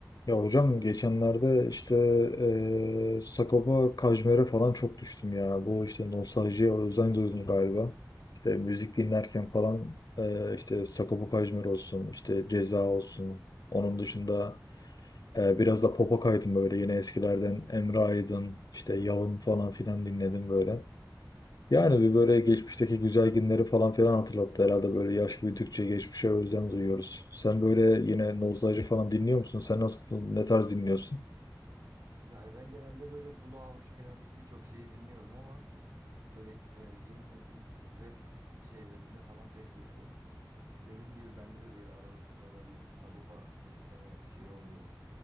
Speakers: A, on the left; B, on the right.
A: Ya hocam geçenlerde işte eee Sagopa Kajmer'e falan çok düştüm ya. Bu işte nostaljiye özlem duydum galiba. İşte müzik dinlerken falan eee, işte Sagopa Kajmer olsun, işte Ceza olsun. Onun dışında eee, biraz da pop'a kaydım böyle yine eskilerden Emre Aydın, işte Yalın falan filan dinledim böyle. Yani bir böyle geçmişteki güzel günleri falan filan hatırlattı herhalde böyle yaş büyüdükçe geçmişe özlem duyuyoruz. Sen böyle yine nostalji falan dinliyor musun? Sen nasıl, ne tarz dinliyorsun?
B: Yani ben genelde böyle kulağa hoş gelen birçok şeyi dinliyorum ama böyle e, yeni nesil rap şeylerinde falan pek yokum. Dediğin gibi bende de böyle arada sırada bir Sagopa dinleme şeyi oluyor.